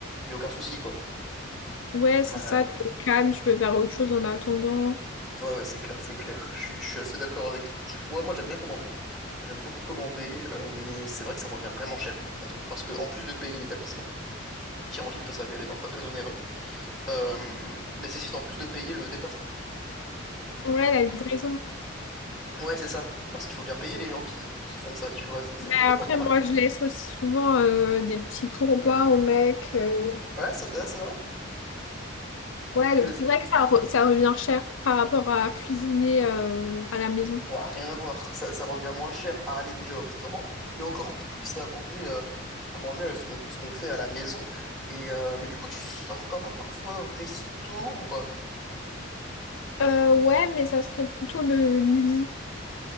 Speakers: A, in the centre; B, on the left.
A: y a aucun souci, quoi.
B: Ouais, c'est
A: Euh,
B: ça, t'es au calme, tu peux faire autre chose en attendant.
A: ouais, ouais, c'est clair, c'est clair. Je suis, je suis assez d'accord avec toi. Moi, j'aime bien commander. J'aime beaucoup commander, euh, mais c'est vrai que ça revient vraiment cher, par contre. Parce que, en plus de payer l'établissement, qui en ville peut s'avérer parfois très onéreux, euh, nécessite en plus de payer le déplacement.
B: Ouais,
A: Donc,
B: la livraison.
A: euh, Ouais, c'est ça. Parce qu'il faut bien payer les gens qui, qui font ça, tu vois, c'est c'est
B: Mais
A: complètement
B: après,
A: normal.
B: moi je laisse aussi souvent euh, des petits pourboires au mec. euh.
A: Ouais, c'est ouais, c'est vrai. Tu,
B: Ouais,
A: tu
B: donc
A: laisses...
B: c'est vrai que ça, re- ça revient cher par rapport à cuisiner euh, à la maison.
A: Ouah, rien à voir. Ça, ça revient moins cher à aller déjà au restaurant, mais encore plus à manger, euh, à manger euh, ce qu'on ce qu'on fait à la maison. Et, euh, mais du coup, tu sors quand même parfois au resto ou pas?
B: Euh, ouais, mais ça serait plutôt le midi.